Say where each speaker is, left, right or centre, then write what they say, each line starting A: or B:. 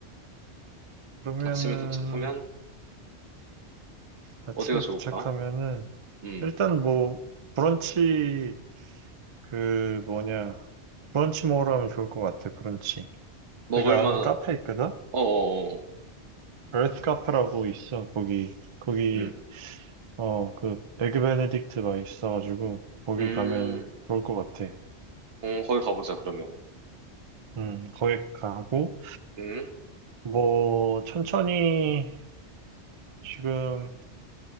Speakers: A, on the right; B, on the right.
A: 그러면은,
B: 아침에 도착하면
A: 아침에
B: 어디가 좋을까?
A: 도착하면은
B: 음,
A: 일단 뭐 브런치 그 뭐냐 브런치 먹으러 하면 좋을 것 같아 브런치
B: 먹을만,
A: 내가 아는 카페 있거든
B: 어어어,
A: 에arth 카페라고 있어 거기 거기
B: 음,
A: 어 그 에그 베네딕트 맛있어가지고 거기
B: 음,
A: 가면 좋을 것 같아
B: 어, 거기 가보자, 그러면.
A: 음 거기 가고
B: 음,
A: 뭐 천천히 지금